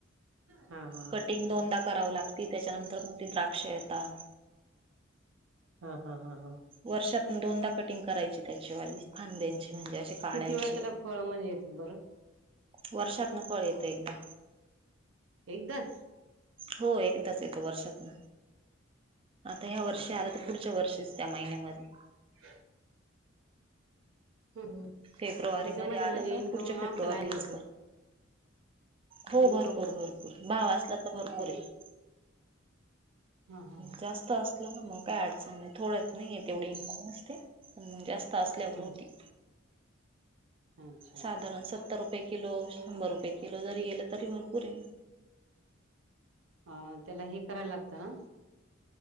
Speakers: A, on the right (about 75°); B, on the right (about 30°).
A: हा हा
B: कटिंग दोनदा करावं लागती, त्याच्या नंतर मग ते द्राक्ष येतात.
A: हा, हा, हा.
B: वर्षातुन दोनदा कटिंग करायची त्याचेवाली फांद्यांची. म्हणजे अशी काड्यांची
A: किती वेळा त्याला फळ म्हणजे येतात बरं
B: वर्षात न फळ येत एकदा.
A: एकदाच?
B: हो एकदाच येतो वर्षातन, आता ह्या वर्षी
A: बापरे
B: आलं तर पुढच्या वर्षीच- त्या महिन्यामध्ये-
A: ह <unintelligible> त्याच्यामध्ये
B: फेब्रुवारी मध्ये आलं
A: म्हणजे
B: का
A: इन्कम
B: पुढच्या
A: आसल
B: फेब्रुवारीलाच
A: आहे भरपूर-
B: कर हो
A: इन्कम
B: भरपूर-भरपूर भाव असला तर भरपूर आहे-
A: हा हा
B: जास्त असल ना मग काही अडचण नाही. थोड्यात नाहीय तेवढी इनकम असते. पण मग जास्त- असल्यामूळ
A: ह
B: होते.
A: अच्छा
B: साधारण सत्तर रुपये किलो. किलो. शंभर रुपये किलो. जरी गेलं तरी भरपूर हे.
A: अ त्याला हे करायला लागतं ना-